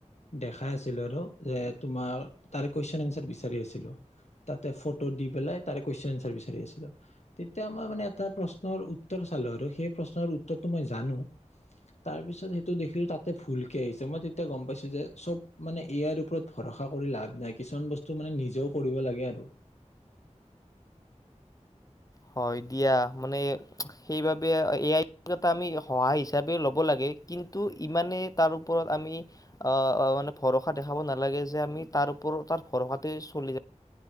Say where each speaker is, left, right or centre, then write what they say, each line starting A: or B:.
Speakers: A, on the left (about 60°); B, on the left (about 30°).
A: দেখাই আছিলো আৰু যে তোমাৰ। তাৰে কুইচন এনচাৰ বিচাৰি আছিলোঁ, তাতে ফটো দিবলৈ, তাৰে কুইচন এনচাৰ বিচাৰি আছিলো। তেতিয়া এটা প্ৰশ্নৰ উত্তৰ চালো আৰু সেই প্ৰশ্নৰ উত্তৰটো মই জানো তাৰ পিছত সেইটো দেখিলো তাতে ভুলকে আহিচে, মই তেতিয়া গম পাইছো যে চব এ আই ওপৰত ভৰখা কৰি লাভ নাই। নাই কিছুমান বস্তু মানে, নিজেও কৰিব লাগে মানে আৰু,
B: হয় দিয়া মানে, সেইবাবে এ আই এটা আমি। সহায় হিচাপে ল'ব লাগে কিন্তু ইমানে তাৰ ওপৰত আমি আহ মানে ভৰসা দেখাব নালাগে যে আমি তাৰ ওপৰত তাৰ ভৰসাতে চলি যা